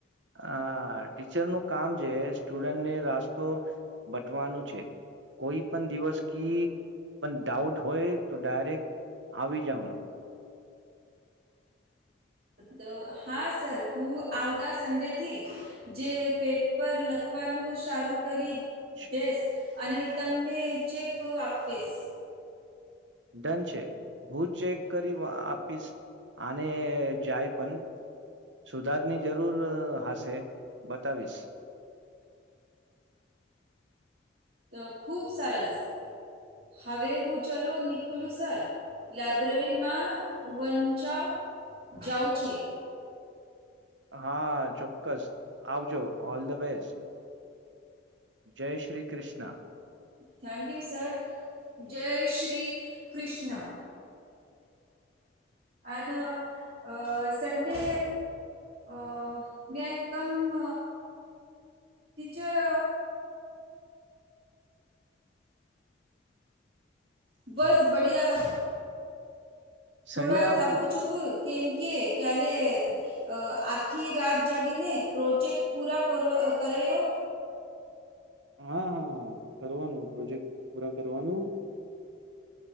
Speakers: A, on the right; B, on the right.
A: અ ટીચરનું કામ છે, સ્ટુડન્ટને રાસ્તો બટવાનું છે. કોઈ પણ દિવસ કી પણ ડાઉટ હોય તો ડાયરેક્ટ આવી જાવનો
B: તો હા સર હું આવતા સન્ડે થી જે પેપર લખવાનું સારું કરી
A: છે
B: દેસ અને તમને ચેક આપીશ
A: દન છે, હું ચેક કરી આપીશ આને જાય પન સુધારની જરૂર હશે બતાવીશ
B: તો ખુબ સરસ હવે હું ચલો નકલું સર લાયબ્રેરીમાં વંચાવ જાવં છે.
A: હ ચોક્કસ આવજો ઓલ ધ બેસ્ટ જય Shri Krishna.
B: Thank you sir જય શ્રી કૃષ્ણ અને અ સ ડે અ મે આય કમ ટીચર. બસ બઢિયા થોડા
A: સન્ડે આવવાનું
B: થાપુ છુ કેમ કે કયાલે અ આખી રાત જાગીને પ્રોજેક્ટ પૂરા કરો કર્યો
A: હ હ કરવાનું પ્રોજેક્ટ પૂરા કરવાનું